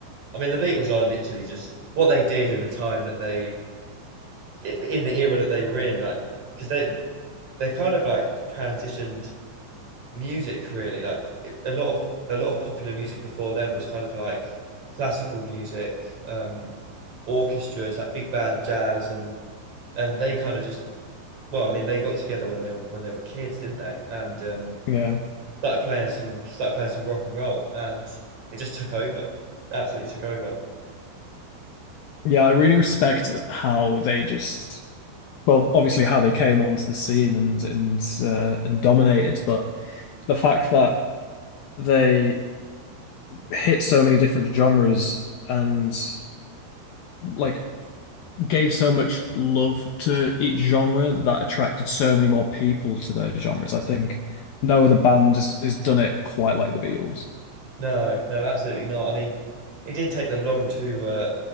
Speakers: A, on the right; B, on the left.
A: I mean, the Beatles are literally just what they did in the time that they in the era that they were in, like because they they kind of like transitioned music really. Like it- a lot of a lot of popular music before them was kind of like classical music, um, orchestras like big band jazz, and and they kind of just well, I mean, they got together when they were when they were kids, didn't they? And um,
B: Yeah.
A: started playing some started playing some rock and roll, and it just took over, absolutely took over.
B: Yeah, I really respect how they just well, obviously how they came onto the scene and and uh, and dominated, but the fact that they hit so many different genres and like gave so much love to each genre that attracted so many more people to those genres. I think no other band has, has done it quite like the Beatles.
A: No, no, absolutely not. I mean, it didn't take them long to uh,